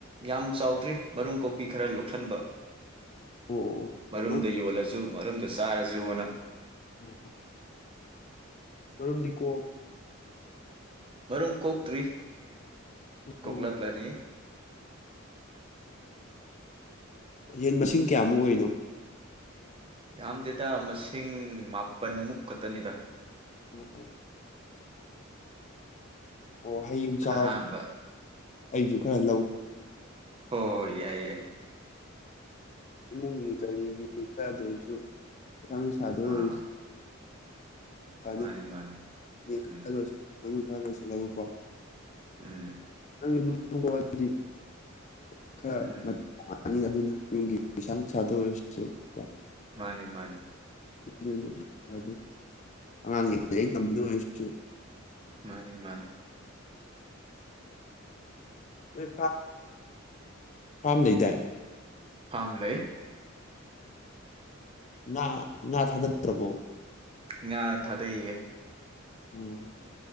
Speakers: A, on the right (about 25°); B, on the left (about 35°).
A: ꯌꯥꯝ ꯆꯥꯎꯗ꯭ꯔꯔꯤ ꯃꯔꯨꯝ ꯀꯣꯛꯄꯤ ꯈꯔ ꯂꯣꯛꯁꯤꯟꯕ
B: ꯑꯣ ꯑꯣ ꯑꯣ
A: ꯃꯔꯨꯝꯗ
B: ꯃꯔꯨꯞ
A: ꯌꯣꯜꯂꯁꯨ ꯃꯔꯨꯝꯗꯨ ꯆꯥꯔꯁꯨꯣꯅ
B: ꯑꯣꯝ ꯀꯔꯨꯝꯗꯤꯀꯣ
A: ꯃꯔꯨꯝ ꯀꯣꯛꯇ꯭ꯔꯤ ꯀꯣꯛ
B: ꯑꯣ
A: ꯂꯛꯂꯅꯤ꯫
B: ꯌꯦꯟ ꯃꯁꯤꯡ ꯀꯌꯥꯃꯨꯛ ꯑꯣꯏꯔꯤꯅꯣ꯫
A: ꯌꯥꯝꯗꯦꯗ ꯃꯁꯤꯡ ꯃꯥꯄꯟꯃꯨꯛ ꯈꯛꯇꯅꯤꯗ
B: ꯑꯣ ꯑꯣ ꯍꯌꯦꯡ ꯆꯥꯛ
A: ꯑꯍꯥꯝꯕ
B: ꯑꯩꯁꯨ ꯈꯔ ꯂꯧꯒꯦ
A: ꯍ ꯍꯣꯏ ꯌꯥꯏ ꯌꯥꯏ
B: ꯏꯃꯨꯡꯒꯤ ꯀꯔꯤꯒꯤ ꯈꯔꯗ ꯑꯣꯏꯁꯨ ꯑꯪ ꯁꯥꯗꯣ ꯑꯣꯏ
A: ꯑꯥ
B: <unintelligible> <inaudible> ꯐꯅꯤ
A: ꯃꯥꯅꯤ ꯃꯥꯅꯤ
B: <unintelligible>
A: ꯎꯝ
B: ꯂ ꯂꯣꯏꯁꯤꯜꯂꯒꯀꯣ
A: ꯎꯝ
B: <unintelligible> ꯈꯔ
A: ꯎꯝ
B: <inaudible> ꯑꯗꯨꯅ ꯌꯨꯝꯒꯤ ꯄꯩꯁꯥꯅꯨꯡ ꯁꯥꯗ ꯑꯣꯏꯔꯁꯨ ꯀꯣ
A: ꯃꯥꯅꯦ ꯃꯥꯅꯤ
B: <inaudible> ꯑꯉꯥꯡꯒꯤ ꯂꯥꯏꯛ ꯇꯝꯕꯗ ꯑꯣꯏꯨ꯫
A: ꯃꯥꯅꯤ ꯃꯥꯅꯦ꯫
B: ꯅꯣꯏ ꯐꯥꯝ ꯂꯩꯗꯥꯏ꯫
A: ꯐꯥꯝ ꯂꯩ꯫
B: ꯉꯥ ꯉꯥ ꯊꯥꯗ꯭ꯔꯗꯕꯣ꯫
A: ꯉꯥ ꯊꯥꯗꯩꯌꯦ꯫
B: ꯑꯣ꯫